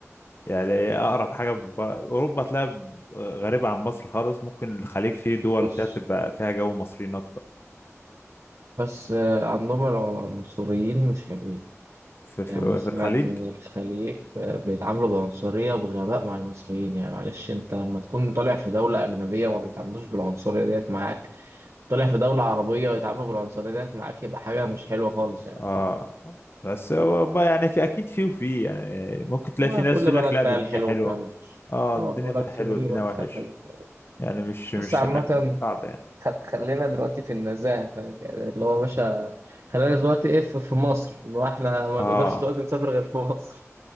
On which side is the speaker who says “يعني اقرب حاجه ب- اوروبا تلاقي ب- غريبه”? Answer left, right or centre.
Left